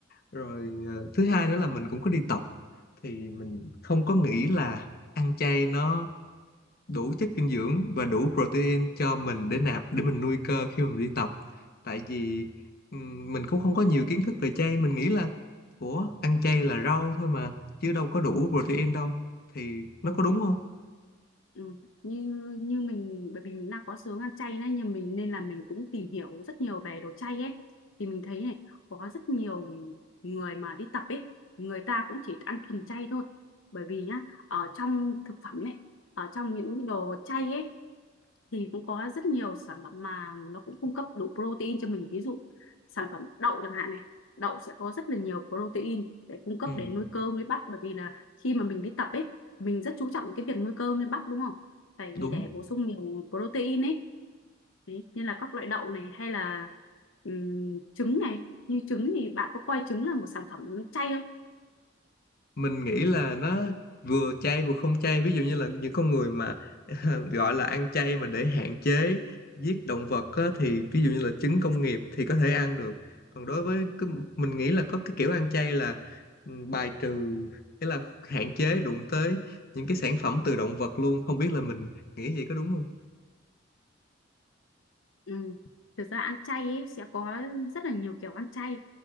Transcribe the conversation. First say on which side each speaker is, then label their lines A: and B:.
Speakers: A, on the left; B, on the left.
A: rồi ờ, thứ hai nữa là mình cũng có đi tập thì mình không có nghĩ là ăn chay nó đủ chất dinh dưỡng và đủ protein cho mình để nạp để mình nuôi cơ khi mà mình đi tập tại vì ừm, mình cũng không có nhiều kiến thức về chay mình nghĩ là ủa ăn chay là rau thôi mà chứ đâu có đủ protein đâu thì nó
B: Ừ.
A: có đúng
B: <laughs>
A: không
B: Ừ. Như như mình bởi vì mình đang có xướng ăn chay nên nhưng mình nên là mình cũng tìm hiểu rất nhiều về đồ chay ấy thì mình thấy này có rất nhiều người mà đi tập ấy người ta cũng chỉ ăn thuần chay thôi bởi vì nhá ở trong thực phẩm ấy ở trong những đồ chay ấy thì cũng có rất nhiều sản phẩm mà nó cũng cung cấp đủ protein cho mình ví dụ sản phẩm đậu chẳng hạn này đậu sẽ có rất là nhiều protein để cung cấp
A: ừ,
B: để nuôi cơ nuôi bắp bởi vì là khi mà mình đi tập ấy mình rất chú trọng cái việc nuôi cơ nuôi bắp đúng không phải
A: đúng
B: để bổ sung nhiều protein ấy Đấy, như là các loại đậu này hay là ừm, trứng này như trứng thì bạn có coi trứng là một sản phẩm chay không
A: mình nghĩ là nó vừa chay vừa không chay ví dụ như là những con người mà <laughs> gọi là ăn chay mà để hạn chế giết động vật á, thì ví dụ như là trứng công nghiệp thì có thể ăn được còn đối với cái, mình nghĩ là có cái kiểu ăn chay là ừ, bài trừ nghĩa là hạn chế đụng tới những cái sản phẩm từ động vật luôn không biết là mình nghĩ vậy có đúng không
B: Ừ. Thực ra ăn chay ấy, sẽ có rất là nhiều kiểu ăn chay.